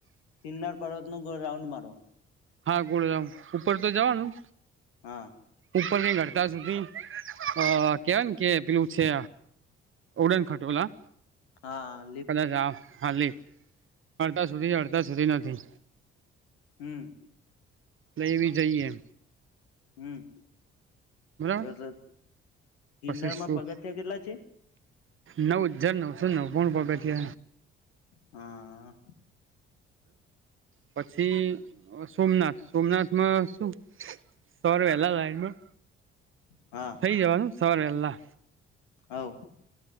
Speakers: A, on the left (about 75°); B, on the right (about 40°).
A: પિન્નાર પર્ત નું ગ રાઉન્ડ મારવા.
B: હા ગોળરામ ઉપર તો જવાનું.
A: હા.
B: ઉપર ની ઘડતા સુધી, અ કેવાય કે પેલું છે. ઉડન ખાટોલા.
A: હા. લિફ્ટ
B: કદાચ આવ હાલી, અડધા સુધી અડધા સુધી નથી.
A: હમ.
B: લઈવી જઈએ.
A: હમ,
B: બરાબર
A: બસ ગિરનારમાં
B: પછી શું
A: પગથિયા કેટલા છે?
B: નવ હજાર નવસો નવ્વાણું પગથીયા છે.
A: હા.
B: બ પછી સોમનાથ સોમનાથમાં શું સોરે વેલા લાઈનમાં.
A: હા.
B: કઈ જવાનું સરે વેલા.
A: હ.